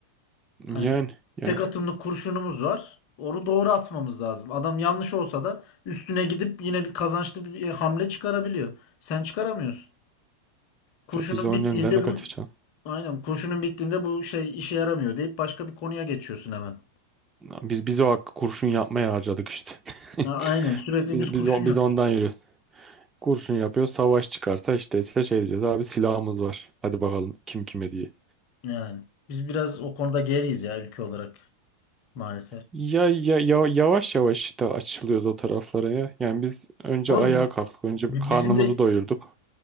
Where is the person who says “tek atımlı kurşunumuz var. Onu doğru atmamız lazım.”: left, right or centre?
Left